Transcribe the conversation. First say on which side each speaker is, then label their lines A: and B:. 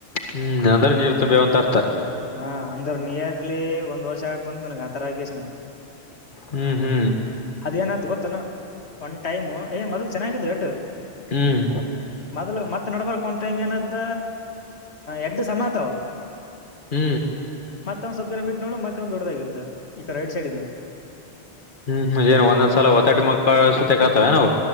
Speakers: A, on the left (about 50°); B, on the left (about 85°).
A: ಹು ಅದರದ ನೀರ ತುಂಬ್ಯಾವ ಅಂತ ಅರ್
B: ಹಾ ಅಂದ್ರ ನಿಯರ್ಲಿ ಒಂದು ವರ್ಷ ಆಗಕ ಬಂತು ನನಗ ಆತರಾಗ್ಯಸಂದ
A: ಹು ಹು
B: ಅದೇನಾಯ್ತ ಗೊತ್ತ ಏನ ಒಂದು ಟೈಮು ಏ ಮೊದಲ ಚೆನ್ನಾಗಿದ್ದು ಲಡ್ಡು
A: ಹ್ಮ್
B: ಮೊದಲ ಮತ್ತ ನಡಬರಕ್ ಒಂದು ಟೈಮ್ ಏನಾಯ್ತ ಎಂಟು ಸಮತಾವ
A: ಹು
B: ಮತ್ತೊಂದ ಸ್ವಲ್ಪ ದಿನ ಬಿಟ್ಟು ನೋಡು ಮತ್ತೊಂದು ದೊಡ್ಡದಾಗಿರುತ್ತೆ ಈಕ ರೈಟ್ ಸೈಡ್ ಇಂದ
A: ಹು ಹು ಏನು ಒಂದೊಂದ ಸಲ ಹೊತ್ತಾಟ ಮಕ್ಕಳ ಸುತ್ತತೆ ಕಾಣುತವೇನು ಅವ